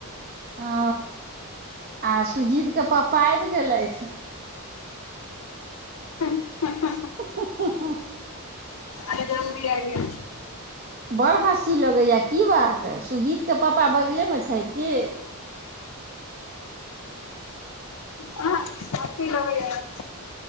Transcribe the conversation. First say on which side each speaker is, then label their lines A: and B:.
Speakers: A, on the right; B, on the left.
A: ओ आ सुजीतके पपा आबि गेलथि
B: <inaudible>
A: <inaudible>
B: बड़ी जल्दी अबी गेलखिन
A: बड़ हँसी लगैए की बात सुजीतके पापा बगलेमे छैथ की
B: अहाँ अथी लगैये